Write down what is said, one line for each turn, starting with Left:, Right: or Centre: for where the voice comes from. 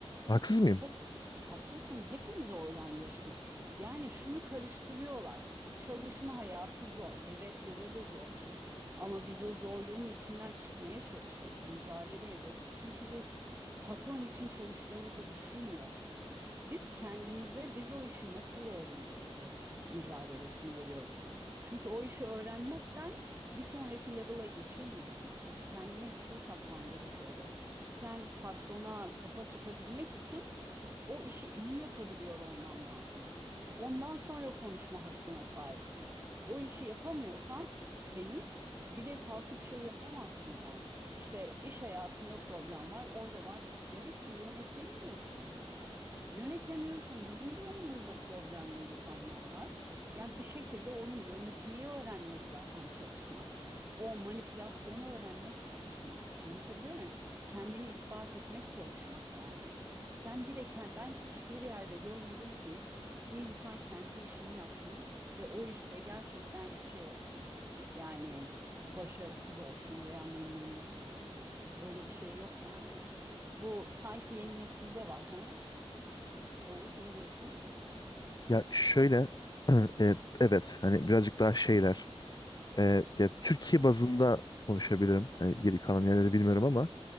Left: haksız mıyım?
Right: Hep haklısın. Hepimiz oradan geçtik. Yani şunu karıştırıyorlar. Çalışma hayatı zor. Evet bize de zordu. Ama biz o zorluğun içinden çıkmaya çalışıyorduk, mücadele ediyorduk. Çünkü biz patron için çalıştığımızı düşünmüyorduk. Biz kendimize biz o işi nasıl öğreniriz mücadelesini veriyorduk. Çünkü o işi öğrenmezsen bir sonraki level'a geçemiyordun. Kendine bir şey katman gerekiyordu. Sen patrona kafa tutabilmek için o işi iyi yapabiliyor olman lazım. Ondan sonra konuşma hakkına sahipsin. O işi yapamıyorsan henüz bir de kalkıp şey yapamazsın yani. İşte iş hayatında problem var, orada var. Demek ki yönetemiyorsun. Yönetemiyorsun. Bizim de yanımızda problemli insanlar var. Yani bir şekilde onu yönetmeyi öğrenmek zaten çalışmak. O manipülasyonu öğrenmek çalışmak. Anlatabiliyor muyum? Kendini ispat etmek çalışmak yani. Sen bir de ken- ben hiçbir yerde görmedim ki bir insan kendi işini yapsın ve o işte gerçekten şey olsun. Yani başarısız olsun veya memnuniyetsiz olsun. Öyle bir şey yok yani. Bu sanki yeni nesilde var ha? Oğuz ne diyorsun?
Left: Ya şöyle <clears throat> e, evet hani birazcık daha şeyler e, ya Türkiye bazında konuşabilirim. Hani geri kalan yerleri bilmiyorum ama